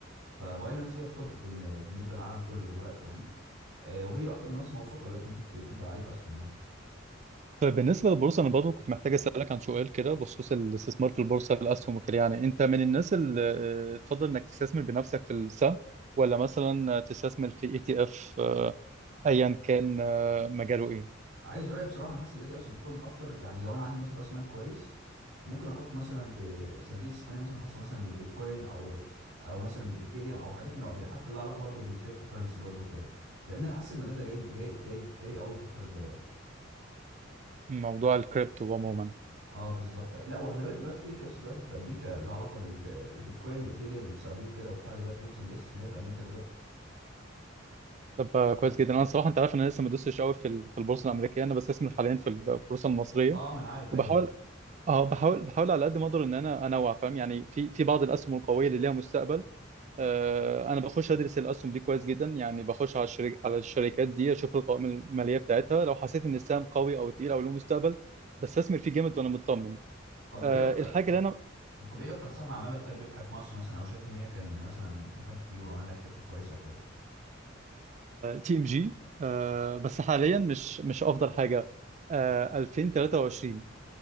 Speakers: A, on the right; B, on the right.
A: فباينانس هي التوب بالن- بالنسبه للعالم كله دلوقتي يعني آه، وهي اكتر منصه موثوقه دلوقتي ممكن ت- تبدا عليها اصلا يعني
B: طيب بالنسبة للبورصة أنا برضه كنت محتاج أسألك عن سؤال كده بخصوص الاستثمار في البورصة الأسهم وكده يعني أنت من الناس اللي آه، تفضل إنك تستثمر بنفسك في السهم ولا مثلا تستثمر في اي تي اف أيا كان آه، مجاله إيه
A: عايز رايي بصراحه انا حاسس الاي تي افس بتكون اكتر يعني لو انا عندي مثلا راس مال كويس ممكن احط مثلا في صناديق استثماريه مثلا خاصه مثلا بالبيتكوين او او مثلا بالايثيريوم او حاجات من العم- حتى لها علاقه برضو بالكريبتو كرنسي برضو كده لان انا حاسس المجال ده جاي جاي جاي جاي قوي الفتره الجايه
B: موضوع الكريبتو عموما
A: اه بالظبط لا وخلي بالك دلوقتي في اي تي افس دلوقتي في امريكا لها علاقه بال- في البيتكوين وايثيريوم واكس ار بي وكده وبتاع دلوقتي ليهم سندات استثماريه في امريكا دلوقتي
B: طب آه، كويس جدا أنا صراحة أنت عارف إن أنا لسه ما دوستش قوي في ال- في البورصة الأمريكية أنا بستثمر حاليا في البورصة المصرية
A: اه ما انا عارف ايوه
B: وبحاول أه بحاول بحاول على قد ما أقدر إن أنا أنوع فاهم يعني في في بعض الأسهم القوية اللي ليها مستقبل آه، انا بخش ادرس الاسهم دي كويس جدا يعني بخش على الشرك... على الشركات دي اشوف القوائم الماليه بتاعتها لو حسيت ان السهم قوي او تقيل او له مستقبل بستثمر فيه جامد وانا مطمن
A: طب
B: أه
A: ايه اكتر
B: الحاجه
A: ط-
B: اللي انا
A: طب ايه اكتر سهم عمل لك طيب ربح في مصر مثلا او شايف ان هي كان مثلا دخلت فيه وعمل لك ربح كويس او كده
B: تي ام جي بس حاليا مش مش افضل حاجه أه 2023